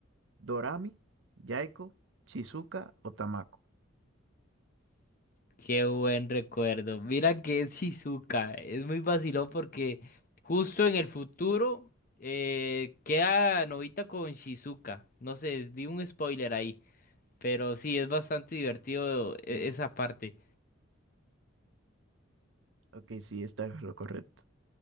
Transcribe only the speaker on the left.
Qué buen recuerdo. Mira que es Shizuka. Es muy vacilón porque justo en el futuro eh, queda Novita con Shizuka. No sé, di un spoiler ahí. Pero sí, es bastante divertido e-
esa parte.